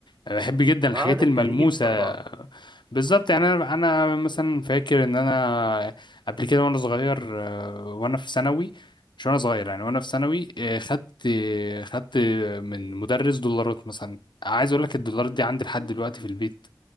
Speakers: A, on the left; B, on the right.
A: أنا بحب جدا الحاجات
B: اه ده
A: الملموسة
B: التاريخ طبعا
A: بالظبط يعني انا انا مثلا فاكر ان انا قبل كده وانا صغير آه، وانا في ثانوي مش وانا صغير يعني وانا في ثانوي آه، خدت آه، خدت من مدرس دولارات مثلا عايز اقول لك الدولارات دي عندي لحد دلوقتي في البيت